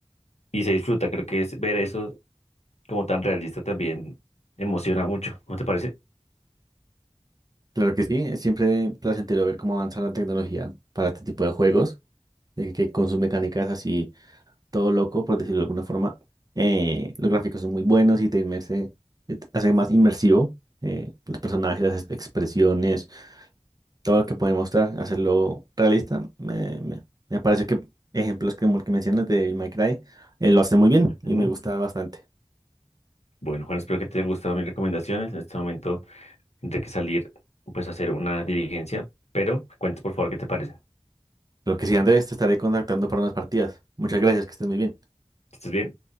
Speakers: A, on the left; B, on the right.
A: Y se disfruta. Creo que es, ver eso como tan realista también emociona mucho. ¿No te parece?
B: Claro que sí, es siempre placentero ver cómo avanza la tecnología para este tipo de juegos, eh, que con sus mecánicas así, todo loco, por decirlo de alguna forma. Eh, los gráficos son muy buenos y te inmerse, eh, te hace más inmersivo. eh, los personajes, las expresiones todo lo que pueden mostrar, hacerlo realista. Me, me- me parece que ejemplos como el que mencionas de My Cry eh, lo hacen muy bien
A: Ujú.
B: y me gusta bastante.
A: Bueno, Juan, espero que te hayan gustado mis recomendaciones. En este momento tendré que salir pues a hacer una dirigencia, pero me cuentas por favor qué te parece.
B: Lo que sí, Andrés, te estaré contactando para unas partidas. Muchas gracias, que estés muy bien.
A: ¿Estás bien?